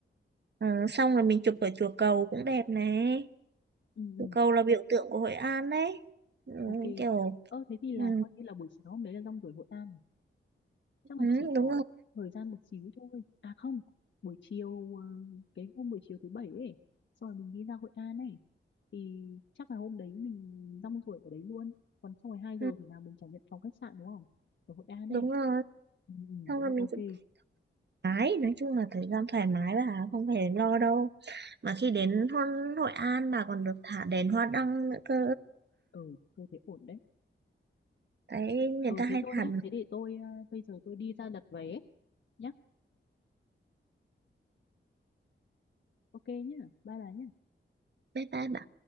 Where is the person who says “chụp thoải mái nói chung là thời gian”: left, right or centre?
Right